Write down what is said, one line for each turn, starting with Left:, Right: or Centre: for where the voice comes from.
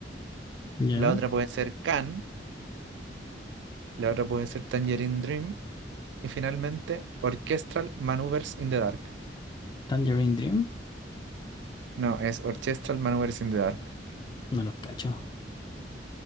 Left: Ya.
Right: la otra puede ser Can, la otra puede ser Tangerine Dream, y finalmente Orchestral Maneuvers in the Dark.
Left: Tangerine Dream.
Right: No, es Orchestral Maneuvers in the Dark.
Left: No los cacho.